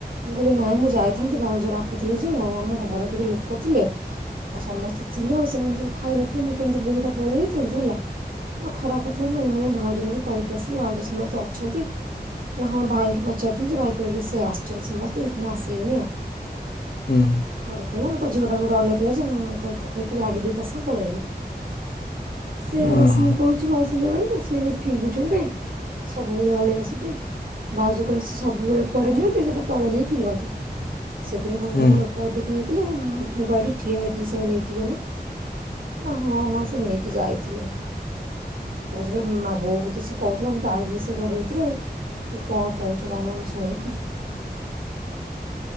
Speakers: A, on the right; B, on the left.
A: ମୁଁ କହିଲି ନାଇଁ ମୁଁ ଯାଇଥାନ୍ତି ଭାଉଜ ଡାକୁଥିଲେ ଯେ, ଆଉ ଆମ ଘରେ ଟିକେ ଲୋକ ଥିଲେ। ଆଉ ସମସ୍ତେ ଥିଲେ ଆଉ ସେମାନେ ସବୁ ଖାଇନଥିଲେ ମୁଁ କେମିତି ବୋହୁଟା ପଳେଇ ଯାଇଥାନ୍ତି ହେଲା, ଏ ଖରାପ କଥା ନାଇଁ ନାଇଁ ଭାଉଜଙ୍କୁ ବି କହିକି ଆସିଲି ଭାଉଜ ସମସ୍ତେ ଅଛନ୍ତି, ନା ହଁ ଭାଇ କି ପଚାରୁଥିଲି ଯେ, ଭାଇ କହିଲେ ସେ ଆସିଚନ୍ତି ସମସ୍ତେ ସେଥିପାଇଁ ଆସିବନି ଆଉ।
B: ହୁଁ।
A: ହଉ କହିଲା ତା ଝିଅଟା ମତେ ଅନେଇଥିଲା ଯେ ମୁଁ ତା ଖାଲି ଟିକେ ଲାଗି ଦେଇ ତା ସାଙ୍ଗେ ପଳେଇଆଇଲି। ସେ
B: ଓହୋ!
A: ବସିକି କହୁଚି ମାଉସୀଙ୍କ ଆଗରେ ସେ ନେଇକି ଫିଙ୍ଗୁଛନ୍ତି ସବୁବେଳେ ଅଳିଆ ସେଠି। ଭାଉଜ କହିଲେ ସେ ସବୁବେଳେ ପଡିଲେ ସିଏତ ତଳେ ନେଇ ଫିଙ୍ଗନ୍ତି, ସେଦିନ ତାଙ୍କ
B: ହୁଁ।
A: ଘରେ ଲୋକ୍ ଲୋକ ଅଧିକାହେଇଥିଲେ ମୁଁ ପା ଏଇଟି ଠିଆ ହେଇଥିଲି ସେମାନେ ନେଇକି ଗଲେ ନା ହଁ ହଁ ସେ ନେଇକି କି ଯାଇଥିଲେ ମାଉସୀ କହିଲେ ମା ବୋଉକୁ ତ ସେ କହୁଥିଲା ମୁଁ ତ ଆଇଲି ସେ ଘର ଭିତରୁ ଆଉ। ମୁଁ କଣ କହୁଚ ତା ନାଁରେ ମୁଁ ଶୁଣେଇ।